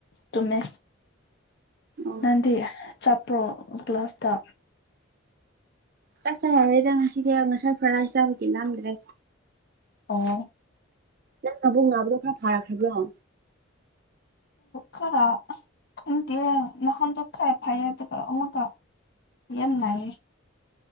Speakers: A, on the left; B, on the right.
A: ꯇꯃꯦ
B: ꯑꯣ
A: ꯅꯪꯗꯤ ꯆꯥꯠꯄ꯭ꯔꯣ ꯀ꯭ꯂꯥꯁꯇ
B: ꯆꯥꯛ ꯆꯥꯔꯔꯣꯢꯗ ꯉꯁꯤꯗꯤ ꯉꯁꯥꯏ ꯐ꯭ꯔꯥ ꯔꯥꯢꯁ ꯆꯥꯕꯒꯤ ꯂꯥꯝꯗ꯭ꯔꯦ
A: ꯑꯣ
B: ꯅꯪ ꯃꯕꯨꯛ ꯅꯥꯕꯗꯣ ꯈꯔ ꯐꯥꯔꯛꯈ꯭ꯔꯕ꯭ꯔꯣ
A: ꯈꯔ ꯈꯟꯗꯦ ꯅꯍꯥꯟꯗꯣ ꯈꯔ ꯐꯩꯌꯦ ꯑꯗꯨꯒ ꯑꯃꯨꯛꯀ ꯌꯥꯝ ꯅꯥꯏꯌꯦ